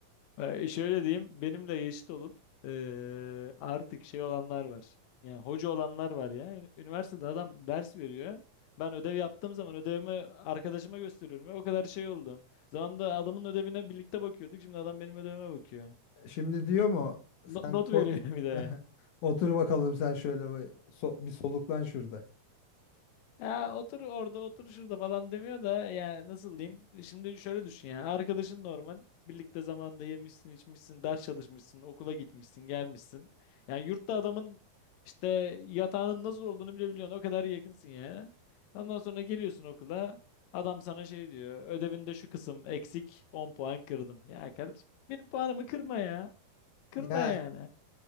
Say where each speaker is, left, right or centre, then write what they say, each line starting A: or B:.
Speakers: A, on the left; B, on the left.
A: Ee, şöyle diyeyim, benimle eşit olup eee, artık şey olanlar var. Yani hoca olanlar var ya. Üniversitede adam ders veriyor. Ben ödev yaptığım zaman ödevimi arkadaşıma gösteriyorum. ya. O kadar şey oldu. Zamanında adamın ödevine birlikte bakıyorduk. Şimdi adam benim ödevime bakıyor.
B: Şimdi diyor mu
A: No-
B: sen
A: not veriyor
B: ko-
A: <laughs> bir de.
B: <laughs> otur bakalım sen şöyle bir so- bir soluklan şurada.
A: Ya otur orada otur şurada falan demiyor da yani nasıl diyeyim? Şimdi şöyle düşün yani arkadaşın normal birlikte zamanda yemişsin içmişsin ders çalışmışsın okula gitmişsin gelmişsin. Yani yurtta adamın işte yatağının nasıl olduğunu bile biliyorsun o kadar yakınsın ya. Ondan sonra geliyorsun okula adam sana şey diyor ödevinde şu kısım eksik 10 puan kırdım. Ya kardeşim benim puanımı kırma ya kırma
B: Ya
A: yani.